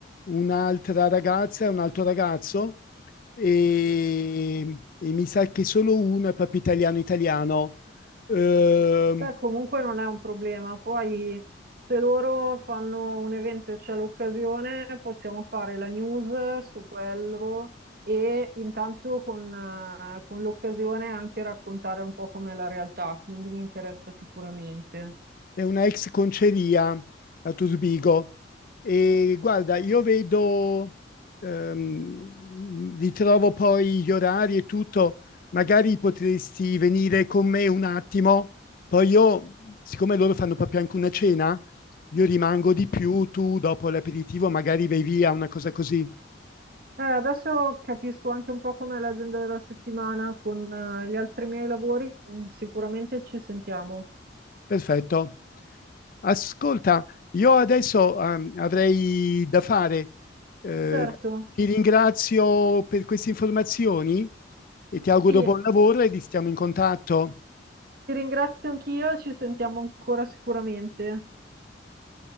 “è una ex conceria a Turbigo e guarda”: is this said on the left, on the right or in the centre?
Left